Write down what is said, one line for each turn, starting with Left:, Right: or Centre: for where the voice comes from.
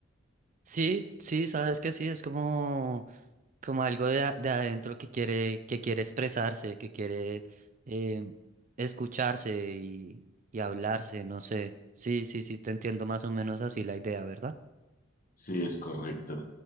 Right: Sí, sí, sabes que sí, es como... como algo de, a- de adentro que quiere, que quiere expresarse, que quiere eh, escucharse y, y hablarse, no sé. Sí, sí, sí, te entiendo más o menos así la idea, ¿verdad?
Left: Sí, es correcto.